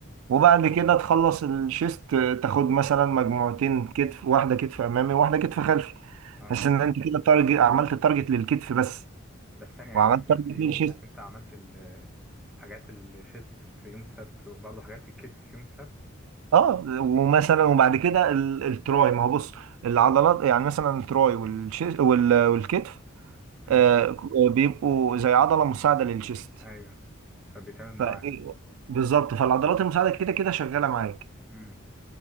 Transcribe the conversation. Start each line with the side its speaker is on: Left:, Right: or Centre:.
Right: وبعد كده تخلص الشيست تاخد مثلا مجموعتين كتف واحده كتف امامي وواحده كتف خلفي
Centre: اه
Right: بحيث ان انت كده تارجت عملت تارجت للكتف بس
Centre: بس ثانية يعني
Right: وعملت
Centre: ده في
Right: تارجت
Centre: نفس اليوم
Right: للشيست
Centre: يعني انت عملت ال- حاجات الشيست في يوم السبت وبرضه حاجات الكتف في يوم السبت
Right: اه ومثلا وبعد كده ال- التراي ما هو بص العضلات يعني مثلا التراي والشيست وال- والكتف
Centre: امم
Right: آه بيبقوا زي عضله مساعده للشيست
Centre: ايوه فبيتعمل معاها
Right: ف بالظبط فالعضلات المساعده كده كده شغاله معاك
Centre: امم